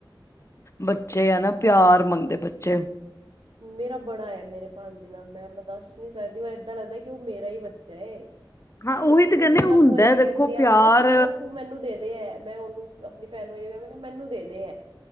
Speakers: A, on the left; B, on the right.
A: ਬੱਚੇ ਆ ਨਾ ਪਿਆਰ ਮੰਗਦੇ ਬੱਚੇ।
B: ਮੇਰਾ ਬੜਾ ਐ ਮੇਰੇ ਭਾਣਜੇ ਨਾਲ, ਮੈਂ-ਮੈਂ ਦੱਸ ਨੀ ਸਕਦੀ ਮੈਂ ਏਦਾਂ ਲੱਗਦਾ ਕਿ ਉਹ ਮੇਰਾ ਹੀ ਬੱਚਾ ਏ।
A: ਹਾਂ ਉਹੀ ਤੇ
B: ਮੈਂ
A: ਕਹਿੰਦੇ
B: ਸਿਮਰ
A: ਹੁੰਦਾ
B: ਨੂੰ ਇਹੀ
A: ਦੇਖੋ
B: ਕਹਿੰਦੀ ਆਂ,
A: ਪਿਆਰ
B: ਮੈਂ ਕਿਹਾ ਸਿਮਰ ਤੂੰ ਮੈਨੂੰ ਦੇ ਐ। ਮੈਂ ਉਹਨੂੰ ਆਪਣੀ ਭੈਣ ਨੂੰ ਇਹ ਕਿਹਾ ਮੈਂ ਮੈਨੂੰ ਦੇ ਐ,